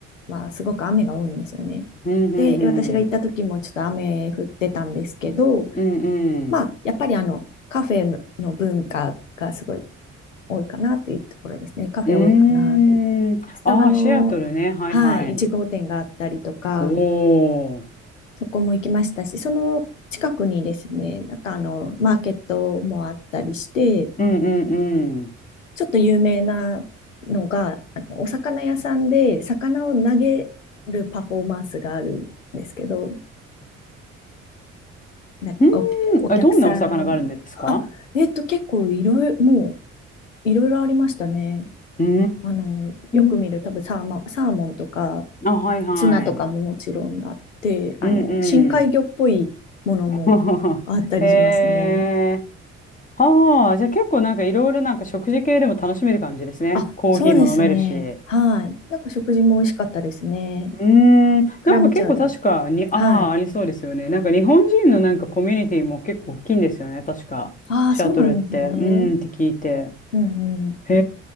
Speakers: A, on the left; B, on the left.
A: はすごく雨が多いんですよね。
B: うん、うん、
A: で、私が行った時もちょっと雨降ってたんですけど、
B: うんうん。
A: まあ、やっぱりあの、カフェの文化がすごい多いかなというところですね。カフェ多いかなという。
B: うーん。
A: スタバの、
B: ああ、シアトルね。はいはい。
A: はい、1号店があったりとか、
B: おお。
A: そこも行きましたし、その近くにですね、なんかあの、マーケットもあったりして、
B: うん、うん、うん。
A: ちょっと有名なのが、あのお魚屋さんで魚を投げるパフォーマンスがあるんですけど、なんかお、
B: うん、
A: お客さん、
B: え、どんなお魚があるんですか
A: あ、えっと、結構いろいろ、もういろいろありましたね。
B: うー
A: あの、よく見る多分サーマ、
B: ん。
A: サーモンとか、
B: あ、はいはい。
A: ツナとかももちろんあって、あの、
B: うん、
A: 深海魚っぽいものもあったりしましたね。
B: うん。<laughs> へえ。ああ、じゃあ結構なんかいろいろなんか食事系でも楽しめる感じですね。
A: あ、
B: コーヒーも飲めるし。
A: そうですね。
B: う
A: はい。なんか食事も美味しかったですね。
B: ーん、
A: クラムチャウダーとか。
B: なんか結構確かに、ああ、
A: はい。
B: ありそうですよね。なんか日本人のなんかコミュニティも結構大きいんですよね。確か。
A: ああ、
B: シアトルって。
A: そうなんですね。
B: うーんって聞いて。
A: うんうん。
B: へ